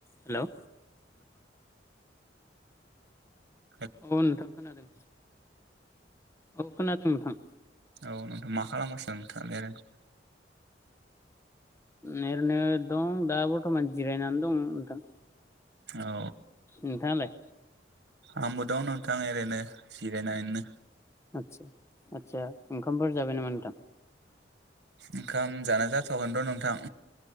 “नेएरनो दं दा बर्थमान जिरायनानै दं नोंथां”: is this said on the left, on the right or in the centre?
Left